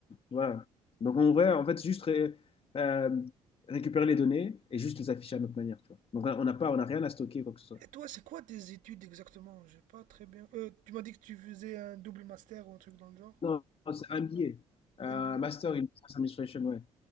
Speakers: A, on the left; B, on the right.
A: Ouais. Donc en vrai, en fait, c'est juste ré- euh, récupérer les données et juste les afficher à notre manière, tu vois. Donc on n'a pas, on n'a rien à stocker, quoi que ce soit.
B: Et toi, c'est quoi tes études exactement? J'ai pas très bien. Euh, tu m'as dit que tu faisais un double master ou un truc dans le genre?
A: Non, non, c'est un billet. Euh,
B: MBA.
A: Master in Business Administration, ouais.